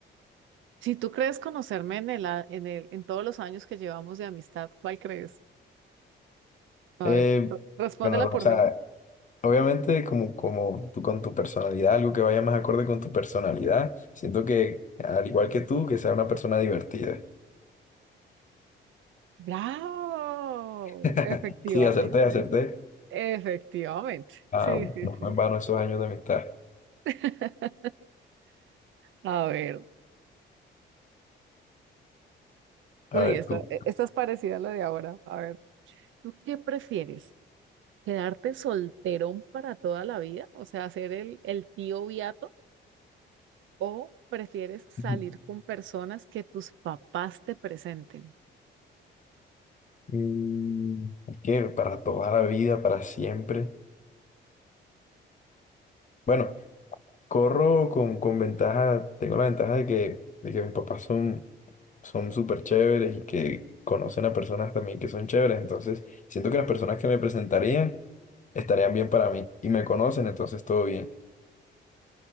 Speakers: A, on the right; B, on the left.
A: Si tú crees conocerme en el, a- en el, en todos los años que llevamos de amistad, ¿cuál crees? A
B: Eh,
A: ver, r- respóndela
B: bueno, o
A: por
B: sea,
A: mí.
B: Obviamente, como, como tú con tu personalidad, algo que vaya más acorde con tu personalidad. Siento que, al igual que tú, que sea una persona divertida.
A: Bravo,
B: <laughs>
A: efectivamente,
B: Sí, acerté, acerté.
A: efectivamente.
B: Ah,
A: Sí,
B: bueno,
A: sí,
B: no
A: sí.
B: fue en vano esos años de amistad.
A: <laughs> A ver,
B: A
A: uy,
B: ver,
A: esta,
B: tú.
A: e- esta es parecida a la de ahora. A ver, ¿tú qué prefieres? ¿Quedarte solterón para toda la vida? O sea, ser el, el tío Beato, o prefieres salir
B: Ujú.
A: con personas que tus papás te presenten?
B: Mm, Es que para toda la vida, para siempre. Bueno, Corro con, con ventaja, tengo la ventaja de que, de que mis papás son son súper chéveres y que conocen a personas también que son chéveres, entonces siento que las personas que me presentarían estarían bien para mí y me conocen, entonces todo bien.